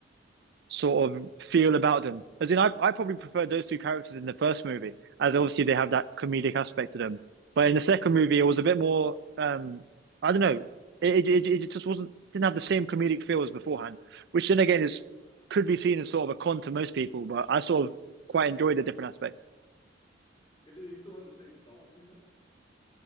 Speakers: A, on the right; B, on the left.
A: sort of feel about them. As in, I, I probably prefer those two characters in the first movie, as obviously they have that comedic aspect to them. But in the second movie, it was a bit more, um, I don't know, it it, it it just wasn't didn't have the same comedic feel as beforehand, which then again is could be seen as sort of a con to most people. But I sort of quite enjoyed the different aspect.
B: And do they still have the same songs, you think?